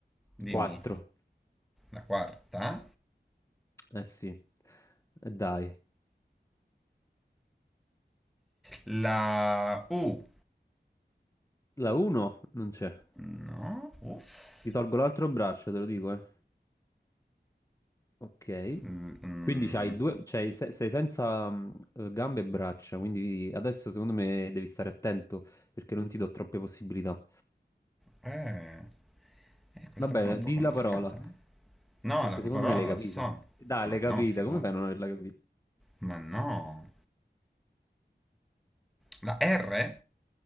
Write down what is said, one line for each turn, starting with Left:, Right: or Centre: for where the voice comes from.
Centre: Dimmi.
Left: Quattro.
Centre: La quarta?
Left: Eh sì, Eh, dai.
Centre: La U?
Left: La 1 non c'è.
Centre: No? Uff.
Left: Ti tolgo l'altro braccio, te lo dico, eh. Ok.
Centre: Mm, mm.
Left: Quindi c'hai due, c'hai- se- sei senza mm, eh, gambe e braccia, quindi adesso secondo me devi stare attento perché non ti do troppe possibilità.
Centre: Eh, eh, questa
Left: Vabbè,
Centre: qua è un po'
Left: di
Centre: complicata,
Left: la parola,
Centre: no? No,
Left: perché
Centre: la parola
Left: secondo me l'hai
Centre: non
Left: capita.
Centre: la so.
Left: Dai,
Centre: Ma
Left: l'hai
Centre: no,
Left: capita,
Centre: figura.
Left: come fai a non averla capita?
Centre: Ma no. La R?